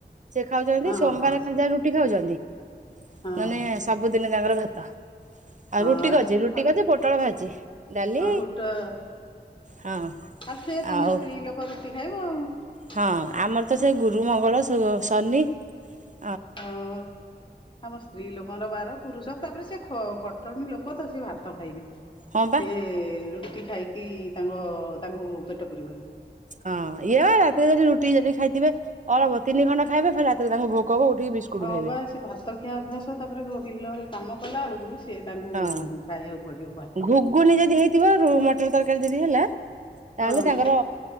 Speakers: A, on the right; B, on the left.
A: ସିଏ ଖାଉଛନ୍ତି
B: ହଁ
A: ସୋମବାର
B: ହଁ
A: ଖାଲି
B: ସେ
A: ଜା ରୁଟି ଖାଉଛନ୍ତି
B: ହଁ
A: ନେଏଲେ ସବୁଦିନ ତାଙ୍କର ଭାତ ଆଉ
B: ହଁ
A: ରୁ ରୁଟି କରଚି
B: ସେ
A: ରୁଟି
B: ଖ
A: କରିଚି ପୋଟଳ ଭାଜଚି ଡାଲି
B: ହଁ ଗୋଟା
A: ହଁ?
B: ଆଉ ସେ ତମେ
A: ଆଉ
B: ସ୍ତ୍ରୀ ଲୋକ ରୁଟି ଖାଇବ ଆଉ ।
A: ହଁ ଆମର ତ ସେ ଗୁରୁ ମଙ୍ଗଳ ସନି ।
B: ହଁ ଆମ ସ୍ତ୍ରୀ ଲୋକ। ଙ୍କର ବାର ପୁରୁଷ ତାପରେ ସେ ଖ ଖଟଣୀ ଲୋକ ତ ସିଏ ଭାତ ଖାଇବେ ସେ
A: ହଁ ବା
B: ରୁ ରୁଟି ଖାଇକି ତାଙ୍କ ତାଙ୍କୁ ପେଟ କରିବନି
A: ହଁ ଇଏ ବା ରାତିରେ ଯଦି ରୁଟି ଯଦି ଖାଇଥିବେ ଅଳପ ତିନି ଖଣ୍ା ଖାଇବେ ରାତିରେ ତାଙ୍କୁ ଭୋକ ହବ ଉଠିକି ବିସ୍କୁଟ
B: ହଁ
A: ଖାଇବେ
B: ବା ସେ ଭାତ ଖିଆ ଅଭ୍ୟାସ ତାପରେ ବିଲରେ କାମ କଲା ବେଳକୁ? ସିଏ ତାଙ୍କୁ
A: ହଁ
B: ଖାଇବାକୁ ପଡିବ ଭାତ।
A: ଘୁଗୁନ ଯଦି ହେଇଥିବ ର ତରକାରୀ ଯଦି ହେଲା ତାହେଲେ
B: ହଁ
A: ତାଙ୍କର